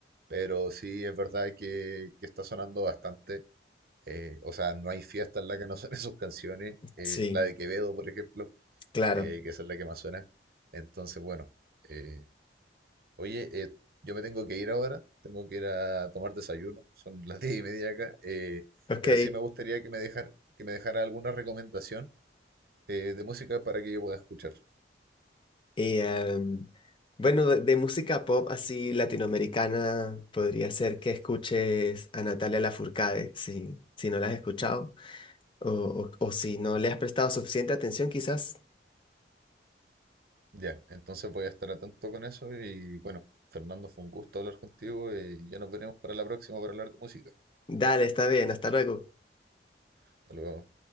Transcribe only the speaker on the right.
pero sí es verdad que, que está sonando bastante, eh, o sea, no hay fiesta en la que no suenen <laughs> sus canciones, eh,
la de Quevedo, por ejemplo,
eh, que esa es la que más suena, entonces, bueno, eh, Oye, eh, yo me tengo que ir ahora, tengo que ir a tomar desayuno, son las diez y media acá, eh,
pero sí me gustaría que me dejara, que me dejara alguna recomendación eh, de música para que yo pueda escuchar.
Ya, entonces voy a estar atento con eso y bueno, Fernando, fue un gusto hablar contigo y ya nos veremos para la próxima para hablar de música.
Hasta luego.